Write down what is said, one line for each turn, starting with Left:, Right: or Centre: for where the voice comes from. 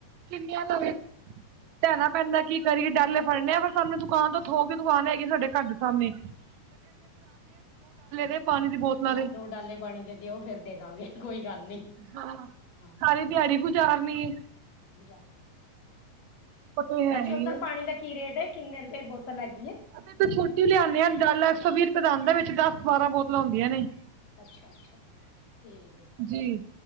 Right: ਕਿੰਨੀਆਂ ਲਵੇ ਲੈਣਾ ਪੈਂਦਾ ਕੀ ਕਰੀਏ ਡੱਲਏ ਫੜਨ ਆ ਪਰ ਸਾਨੂੰ ਦੁਕਾਨ ਤੋਂ ਥੋ ਕੇ ਦੁਕਾਨ ਹੈਗੀ ਏ ਸਾਡੇ ਘਰ ਦੇ ਸਾਮਣੇ, ਦੇ ਪਾਣੀ ਦੀ ਬੋਤਲਾਂ
Left: ਹਾਂ
Right: ਦੇ
Left: ਦੋ ਡਾਲੇ ਪਾਣੀ ਦੇ ਦਿਓ ਫਿਰ ਦੇ ਦਾਂਗੇ। ਕੋਈ ਗਲ ਨੀ।
Right: ਹਾਂ
Left: ਹਾਂ
Right: ਸਾਰੀ ਦਿਹਾੜੀ ਗੁਜ਼ਾਰਨੀ ਏ।
Left: <inaudible>
Right: ਉਹ ਤੇ ਹੈ
Left: ਵੈਸੇ
Right: ਹੀ
Left: ਉਧਰ
Right: ਆ
Left: ਪਾਣੀ ਦਾ ਕੀ ਰੇਟ ਏ, ਕਿਨੇ ਰੁਪਏ ਬੋਤਲ ਹੈਗੀ ਏ।
Right: ਅਸੀ ਤਾਂ ਛੋਟੀ ਲਿਆਣੇ ਆਂ ਡਾਲਾ ਇਕ ਸੋ ਵੀਹ ਰੁਪਏ ਦਾ ਆਂਦਾ ਵਿਚ ਦਸ ਬਾਰਾਂ ਬੋਤਲਾਂ ਹੁਦੀਆਂ ਨੇ।
Left: ਅੱਛਾ ਅੱਛਾ ਠੀਕ ਹੈ
Right: ਜੀ